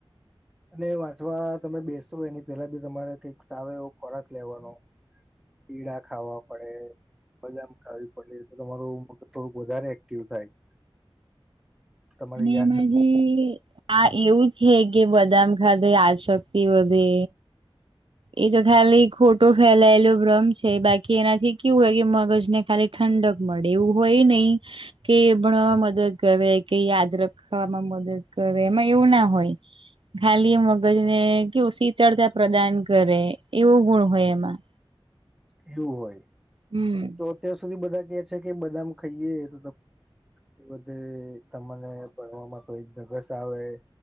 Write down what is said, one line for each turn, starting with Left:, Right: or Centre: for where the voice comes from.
Centre: અને વાંચવા તમે બેશો એની પેલા બી તમારે કઈક સારો એવો ખોરાક લેવાનો કીળા ખાવા પડે બદામ ખાવી પડે તમારું મગજ થોડુંક વધારે એક્ટિવ થાય. તમારી
Right: અને
Centre: યાદશક્તિ
Right: માજી હા એવું છે કે બદામ ખાધે યાદ શક્તિ વધે. એક ખાલી ખોટો ફેલાયેલો ભ્રમ છે બાકી એનાથી કેવું હોય કે મગજ ને ખાલી ઠંડક મળે એવું હોય નહી કે ભણવામાં મદદ કરે કે યાદ રખવામાં મદદ કરે એમાં એવું ના હોય. ખાલી એ મગજ ને કેવું શીતળતા પ્રદાન કરે એવો ગુણ હોય એમાં.
Centre: એવું હોય.
Right: હમ
Centre: તો અત્યાર સુધી બધા કે છે કે બદામ ખાઈએ તો એ બધી તમને ભણવામાં કોઈ ધગસ આવે